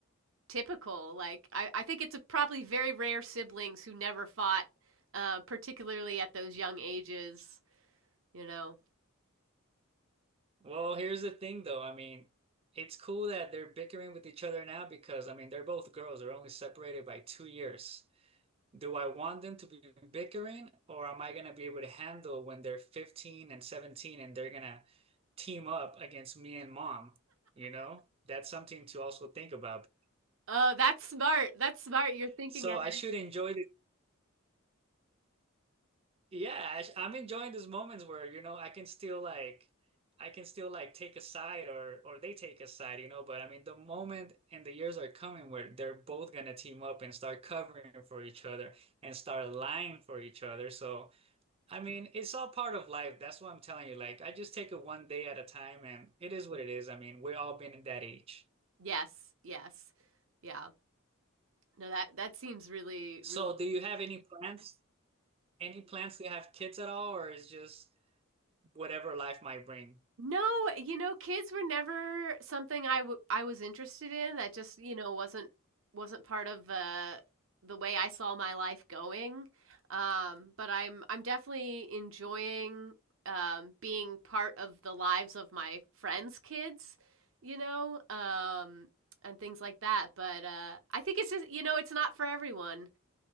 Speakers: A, on the right; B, on the right.
A: typical. Like I, I think it's a probably very rare siblings who never fought, uh, particularly at those young ages. You know.
B: Well, here's the thing though. I mean, it's cool that they're bickering with each other now because I mean, they're both girls. They're only separated by two years. Do I want them to be bickering or am I going to be able to handle when they're 15 and 17 and they're going to team up against me and mom? You know, that's something to also think about.
A: Oh, that's smart. That's smart. You're thinking
B: So
A: ahead.
B: I should enjoy this. Yeah, I- I'm enjoying these moments where, you know, I can still like I can still like take a side or or they take a side, you know, but I mean the moment and the years are coming where they're both gonna team up and start covering for each other and start lying for each other. So, I mean, it's all part of life. That's what I'm telling you. Like, I just take it one day at a time and it is what it is. I mean, we've all been in that age.
A: Yes. Yes. Yeah. No, that that seems really,
B: So,
A: really.
B: do you have any plans? Any plans to have kids at all, or is just whatever life might bring?
A: No, you know, kids were never something I w I was interested in, that just, you know, wasn't wasn't part of, uh, the way I saw my life going, um, but I'm I'm definitely enjoying, um, being part of the lives of my friends' kids, you know, um, and things like that, but, uh, I think it's just you know, it's not for everyone,